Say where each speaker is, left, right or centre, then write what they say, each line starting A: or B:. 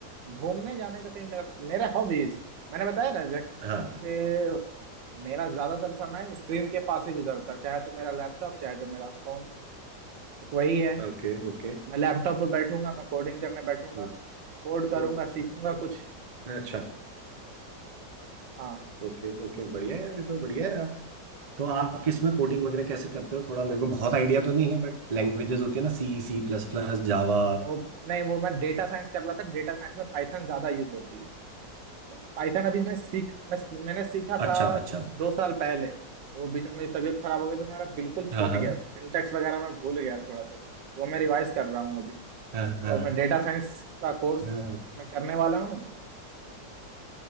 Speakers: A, on the right (about 80°); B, on the right (about 35°).
A: घूमने जाने का कहीं मेरा मेरा हॉबीज मैंने बताया ना जब
B: हाँ
A: कि मेरा ज्यादातर समय स्क्रीन के पास ही गुजरता है चाहे तो मेरा लैपटॉप चाहे तो मेरा फोन एक वही है
B: Okay okay
A: मैं लैपटॉप पे बैठूंगा मैं कोडिंग करने बैठूंगा
B: हम्म,
A: कोड करूंगा
B: तो
A: सीखूंगा कुछ
B: अच्छा
A: हाँ
B: ओके ओके बढ़िया है यार ये तो बढ़िया है यार तो आप किसमें कोडिंग वगैरह कैसे करते हो थोड़ा मेरे को बहुत आइडिया तो नहीं है बट लैंग्वेजेस होती है ना C C plus plus Java
A: वो नहीं वो मैं डेटा साइंस कर रहा था डेटा साइंस में पाइथन ज्यादा यूज होती है पाइथन अभी मैं सीख मैं मैंने सीखा
B: अच्छा
A: था कुछ
B: अच्छा
A: दो साल पहले तो बीच में मेरी तबीयत खराब हो गई तो मेरा बिल्कुल छूट
B: हाँ हाँ
A: गया था सिंटेक्स वगैरह मैं भूल गया थोड़ा थोड़ा वो मैं रिवाइज कर रहा हूँ अभी उसके
B: हाँ हाँ
A: बाद
B: हाँ,
A: मैं डेटा साइंस का कोर्स
B: हम्म
A: मैं करने वाला हूँ